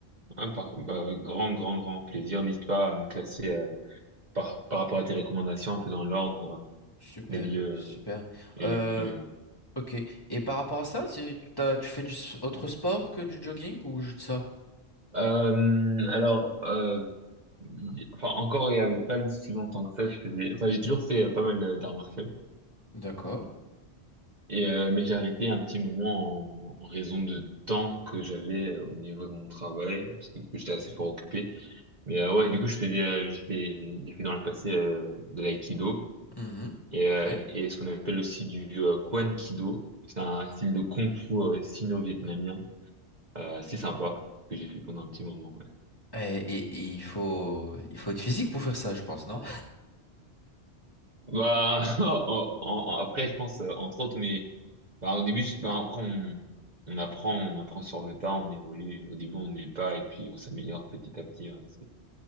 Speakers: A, on the right; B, on the left.
A: ah, par- bah, avec grand, grand, grand plaisir. N'hésite pas à me classer euh, par, par rapport à tes recommandations, un peu dans l'ordre euh,
B: Super,
A: des lieux.
B: super.
A: euh, et
B: Euh,
A: puis, euh,
B: ok. Et par rapport à ça, si tu t'as- tu fais du s- autre sport que du jogging ou juste ça?
A: euh, alors, euh, y- enfin, encore et avec pas si longtemps que ça, je faisais. Enfin, j'ai toujours fait euh, pas mal euh, d'arts martiaux.
B: D'accord.
A: Et euh, mais j'ai arrêté un petit moment en, en raison de temps que j'avais euh, au niveau de mon travail, parce que du coup, j'étais assez fort occupé. Mais euh, ouais, du coup, je faisais, euh, j'ai fait, j'ai fait dans le passé euh, de l'aïkido
B: Mhm.
A: et,
B: Parfait.
A: euh, et ce qu'on appelle aussi du euh, Kwan Kido. C'est un style de kung-fu euh, sino-vietnamien, euh, assez sympa que j'ai fait pendant un petit moment. ouais.
B: Et, et- et il faut, il faut être physique pour faire ça, je pense, non?
A: Bah, <laughs> en- en- après, je pense euh, entre autres, mais bah, au début, je- bah, après on, on apprend, on apprend sur le tas, on évolue. Au début, on n'est pas et puis on s'améliore petit à petit. Ouais. C'est-